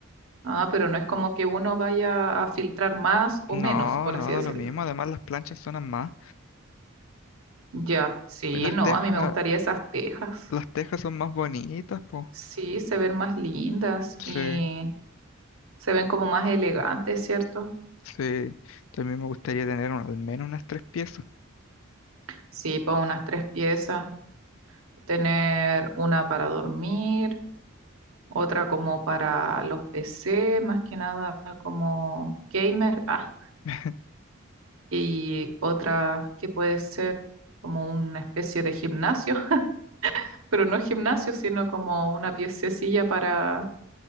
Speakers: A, on the right; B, on the left.
A: Ah, pero no es como que uno vaya a filtrar más o
B: No,
A: menos, por
B: no,
A: así decirlo.
B: da lo mismo. Además, las planchas son más.
A: Ya, sí,
B: Las
A: no,
B: tejas,
A: a mí me gustaría esas tejas.
B: las tejas son más bonitas, pues.
A: Sí, se ven más lindas
B: Sí,
A: y se ven como más elegantes, ¿cierto?
B: sí. También me gustaría tener un- al menos unas tres piezas.
A: Sí, pues unas tres piezas, tener una para dormir, otra como para los PC, más que nada como gamer, ah,
B: <laughs>
A: y otra que puede ser como una especie de gimnasio. <laughs> pero no gimnasio, sino como una piececilla para,